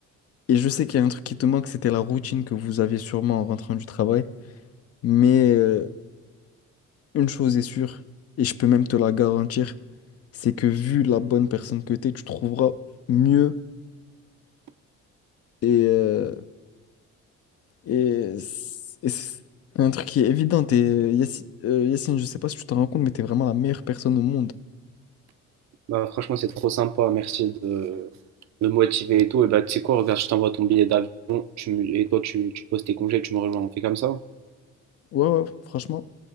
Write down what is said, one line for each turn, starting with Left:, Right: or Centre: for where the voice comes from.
Left: Et je sais qu'il y a un truc qui te manque, c'était la routine que vous aviez sûrement en rentrant du travail. Mais euh, une chose est sûre, et je peux même te la garantir, c'est que vu la bonne personne que tu es, tu trouveras mieux. Et, euh, Et c'est et c'est un truc qui est évident. Et Yacine, euh, Yacine, je sais pas si tu te rends compte, mais t'es vraiment la meilleure personne au monde.
Right: Bah, franchement, c'est trop sympa, merci de, de me motiver et tout. Et bah, tu sais quoi, regarde, je t'envoie ton billet d'avion, tu me- et toi, tu, tu poses tes congés, tu me rejoins, on fait comme ça?
Left: Ouais, ouais, franchement.